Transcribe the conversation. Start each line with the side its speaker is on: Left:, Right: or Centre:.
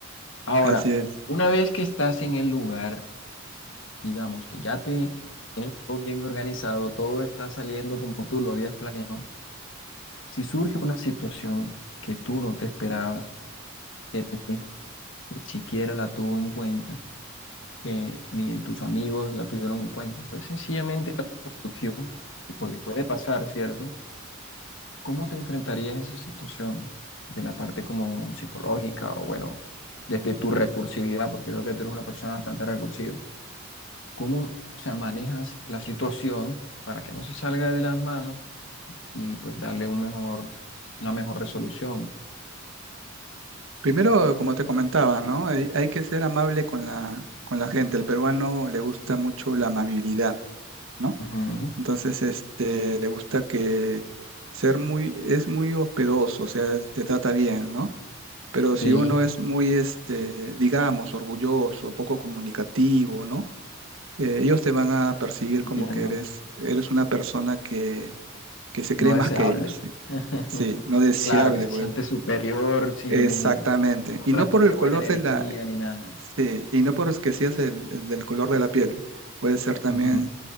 Left: Ahora,
Right: Así es.
Left: una vez que estás en el lugar, digamos que ya te todo bien organizado, todo está saliendo como tú lo habías planeado, si surge una situación que tú no te esperabas, que P T ni siquiera la tuvo en cuenta, que ni tus amigos la tuvieron en cuenta. Fue sencillamente algo que surgió, y porque puede pasar, ¿cierto? ¿Cómo te enfrentarías a esa situación de la parte como psicológica o bueno, desde tu recursividad, porque veo que tú eres una persona bastante recursiva? ¿Cómo, se manejas la situación para que no se salga de las manos y pues darle un mejor, una mejor resolución?
Right: Primero, como te comentaba, ¿no? Hay, hay que ser amable con la, con la gente. El peruano le gusta mucho la amabilidad, ¿no?
Left: Ujú,
Right: Entonces, este, le gusta que ser muy, es muy hospedoso, o sea, te trata bien, ¿no? Pero si
Left: Sí,
Right: uno es muy, este, digamos, orgulloso, poco comunicativo, ¿no? Eh, ellos te van a percibir
Left: entiendo.
Right: como que eres, eres una persona que, que se cree
Left: No deseable.
Right: más que ellos. Sí,
Left: <laughs>
Right: Sí, no deseable,
Left: Claro, que se
Right: pues.
Left: siente superior, si
Right: Exactamente.
Left: no, no
Right: Y
Left: transmite
Right: no por el
Left: buena
Right: color
Left: energía
Right: de la,
Left: ni nada.
Right: sí, y no por es que seas el, el del color de la piel. Puede ser también
Left: Ujú.